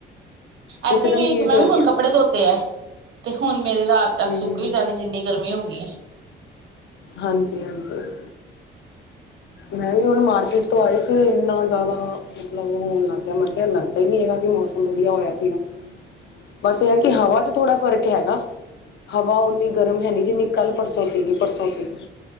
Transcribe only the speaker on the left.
ਇੱਕਦਮ
ਹੀਟ
ਹੋ
ਗਈ ਆ
ਹੂੰ,
ਹਾਂਜੀ-ਹਾਂਜੀ। <inaudible> ਮੈਂ ਵੀ ਹੁਣ ਮਾਰਕੀਟ ਤੋਂ ਆਈ ਸੀ। ਇੰਨਾ ਜ਼ਿਆਦਾ ਮਤਲਬ ਲੱਗ ਗਿਆ ਮੈਂ ਕਿਹਾ ਲੱਗਦਾ ਹੀ ਨਹੀਂ ਹੈਗਾ ਕਿ ਮੌਸਮ ਵਧੀਆ ਹੋਇਆ ਸੀਗਾ। ਬਸ ਇਹ ਹੈ ਕਿ ਹਵਾ ਚ ਥੋੜਾ ਫ਼ਰਕ ਹੈਗਾ ਹਵਾ ਉਨੀ ਗਰਮ ਹੈਨੀ ਜਿੰਨੀ ਕੱਲ ਪਰਸੋਂ ਸੀਗੀ ਪਰਸੋਂ ਸੀ